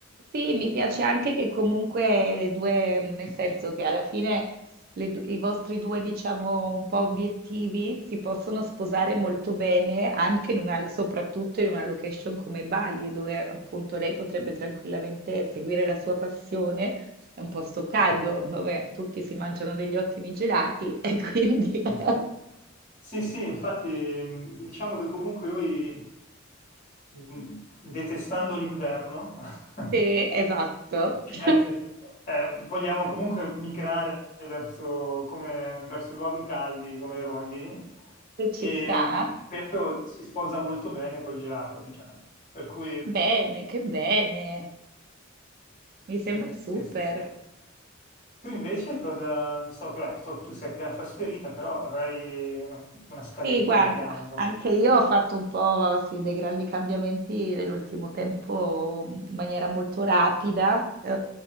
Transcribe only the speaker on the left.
eh sì. Sì, sì, infatti mh, diciamo che comunque noi, mh, detestando l'inverno, <laughs>
ci
mette- eh, vogliamo comunque migrare verso, come- verso luoghi caldi come le rondini
e
mh, questo si sposa molto bene col gelato, diciamo. Per cui
Sì,
sì, sì, sì. Tu invece cosa, so che vabbè, so- tu sei appena trasferita, però avrai una scaletta,
un piano. qual-